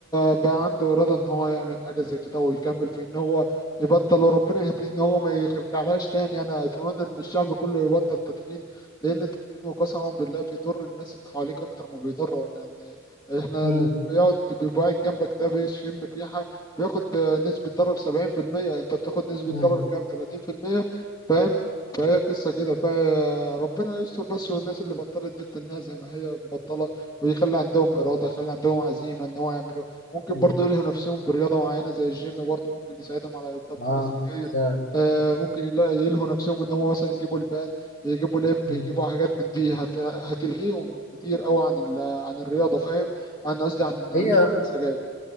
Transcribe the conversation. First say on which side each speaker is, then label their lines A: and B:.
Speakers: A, on the left; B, on the left.
A: بقى عنده اراده ان هو يعمل حاجه زي كده ويكمل في ان هو يبطل وربنا يهديه ان هو ما يرجعلهاش تاني انا اتمنى ان الشعب كله يبطل تدخين لان التدخين وقسما بالله بيضر الناس اللي حواليك اكتر ما بيضرك يعني احنا
B: امم
A: اللي بيقعد بيبقى قاعد جنبك ده بيشم الريحه بياخد نسبه ضرر 70% انت بتاخد نسبه
B: امم
A: ضرر كام 30% فاهم فهي قصه كده فربنا يستر بس والناس اللي بطلت دي تنها زي ما هي مبطله ويخلي عندهم إرادة يخلي عندهم عزيمة إن هو يعملوا ممكن
B: امم
A: برضه يلهوا نفسهم برياضة معينة زي الجيم برضه ممكن يساعدهم على تبطيل
B: اه
A: السجاير
B: ساعد.
A: آه، ممكن يلا- يلهوا نفسهم إن هو مثلا يجيبوا البان يجيبوا لب
B: مم.
A: يجيبوا حاجات من دي هت... هتلهيهم كتير أوي عن ال... عن الرياضة فاهم عن قصدي عن عن
B: هي
A: شرب السجاير